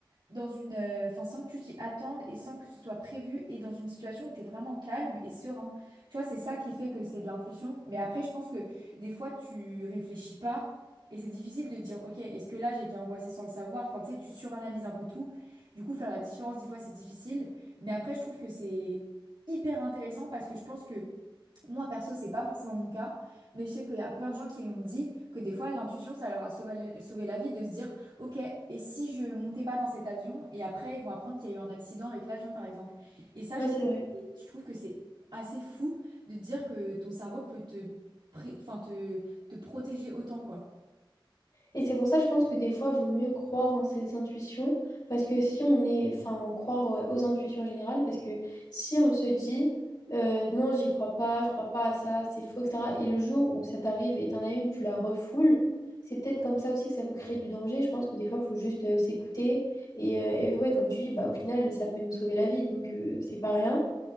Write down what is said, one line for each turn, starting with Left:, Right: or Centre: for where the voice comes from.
Right: dans une, euh, enfin, sans que tu t'y attendes et sans que ce soit prévu et dans une situation où tu es vraiment calme et serein. Tu vois, c'est ça qui fait que c'est de l'intuition. Mais après, je pense que des fois, tu réfléchis pas et c'est difficile de dire, ok, est-ce que là, j'ai été angoissée sans le savoir? Enfin, tu sais, tu suranalyses un peu tout. Du coup, faire la différence, des fois, c'est difficile. Mais après, je trouve que c'est hyper intéressant parce que je pense que moi, perso, c'est pas forcément mon cas, mais je sais qu'il y a plein de gens qui l'ont dit, que des fois, l'intuition, ça leur a sauvé, sauvé la vie de se dire, Ok, et si je montais pas dans cet avion et après ils vont apprendre qu'il y a eu un accident avec l'avion par exemple. Et ça,
Left: Ouais,
Right: je trouve,
Left: c'est vrai.
Right: je trouve que c'est assez fou de te dire que ton cerveau peut te, pré- enfin, te, te protéger autant quoi.
Left: Et c'est pour ça, je pense que des fois, il vaut mieux croire en ses intuitions, parce que si on est, enfin, croire euh, aux intuitions générales, parce que si on se dit, euh, non, j'y crois pas, je crois pas à ça, c'est faux, etc., et le jour où ça t'arrive et t'en as une, tu la refoules, c'est peut-être comme ça aussi que ça peut créer du danger. Je pense que des fois, il faut juste euh, s'écouter, et, euh, et ouais, comme tu dis, bah, au final, ça peut nous sauver la vie, donc euh, c'est pas rien.